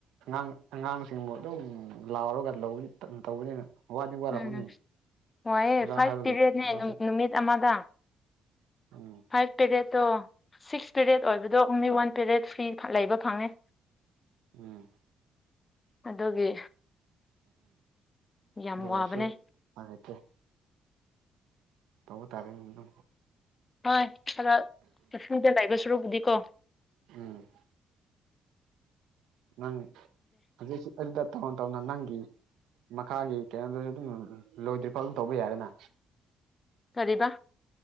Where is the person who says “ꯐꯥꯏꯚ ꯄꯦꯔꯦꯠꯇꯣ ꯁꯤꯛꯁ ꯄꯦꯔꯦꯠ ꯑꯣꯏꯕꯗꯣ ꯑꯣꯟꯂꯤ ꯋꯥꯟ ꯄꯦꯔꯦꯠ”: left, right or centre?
Left